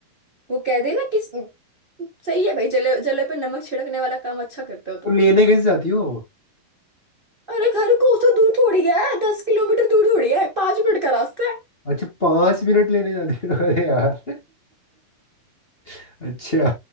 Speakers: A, on the right (about 40°); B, on the left (about 25°).
A: वो कह देना कि सही है भाई जले जले पे नमक छिड़कने वाला काम अच्छा करते हो
B: तो
A: तुम
B: लेने कैसे जाती हो
A: अरे घर कोसों दूर थोड़ी है दस किलोमीटर दूर थोड़ी है पांच मिनट का रास्ता है
B: अच्छा पांच मिनट लेने जाते हो अरे यार <laughs> अच्छा